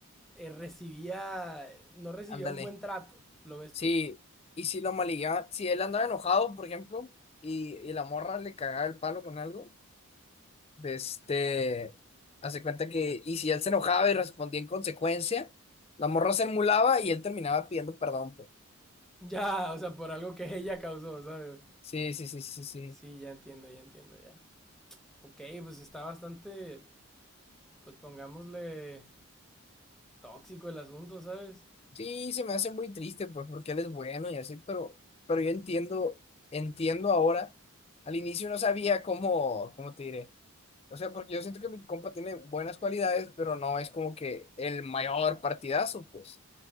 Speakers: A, in the centre; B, on the left.
A: eh, recibía, no recibía
B: Ándale.
A: un buen trato, lo ves
B: Sí,
A: tú.
B: y si lo maligueaba, si él andaba enojado, por ejemplo, y, y la morra le cagaba el palo con algo, de este, hace cuenta que, y si él se enojaba y respondía en consecuencia, la morra se emulaba y él terminaba pidiendo perdón, pues.
A: Ya, o sea, por algo que ella causó, ¿sabes?
B: Sí, sí, sí, sí, sí.
A: Sí, ya entiendo, ya entiendo, ya. Ok, pues está bastante, pues pongámosle tóxico el asunto, ¿sabes?
B: Sí, se me hace muy triste, pues, porque él es bueno y así, pero, pero yo entiendo, entiendo ahora. Al inicio no sabía cómo, cómo te diré. O sea, porque yo siento que mi compa tiene buenas cualidades, pero no es como que el mayor partidazo, pues.